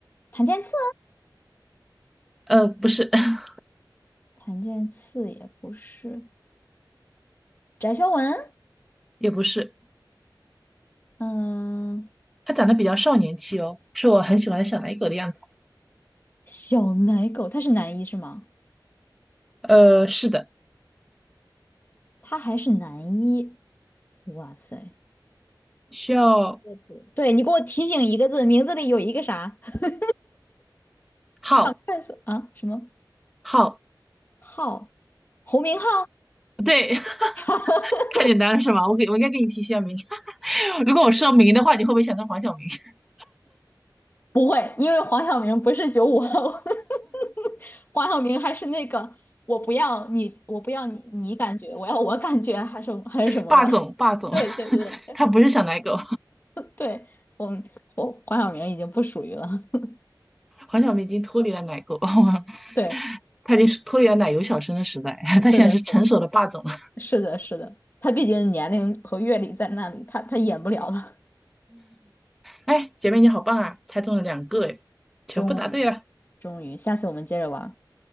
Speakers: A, on the left; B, in the centre.
A: 谭健次
B: 呃，不是，<laughs>
A: 啊，谭健次也不是，翟潇闻，
B: 也不是，
A: 嗯、
B: 他长得比较少年气哦，是我很喜欢的小奶狗的样子。
A: 小奶狗，他是男一是吗？
B: 呃，是的，
A: 他还是男一，哇塞！
B: 需要
A: 个字，对，你给我提醒一个字，名字里有一个啥？<laughs>
B: 浩
A: 快速啊，什么
B: 浩，
A: 浩？侯明昊？
B: 对，
A: <laughs>
B: <laughs> 太简单了是吗？我给我应该给你提一下名。<laughs> 如果我说明的话，你会不会想到黄晓明？<laughs>
A: 不会，因为黄晓明不是九五后，<laughs> 黄晓明还是那个我不要你，我不要你，你感觉，我要我感觉，还是还是什么的。
B: 霸总，
A: <laughs>
B: 霸总，
A: 对对对
B: <laughs> 他不是小奶狗，
A: 对，我我黄晓明已经不属于了。<laughs>
B: <laughs> 黄晓明已经脱离了奶狗，
A: 对，
B: <laughs> 他已经脱离了奶油小生的时代，<laughs> 他现在是成熟的霸总了。
A: 是的，是的。是的，是的，他毕竟年龄和阅历在那里，他他演不了了。
B: 哎，姐妹你好棒啊，猜中了两个哎，全部答对了，
A: 终于，终于，下次我们接着玩儿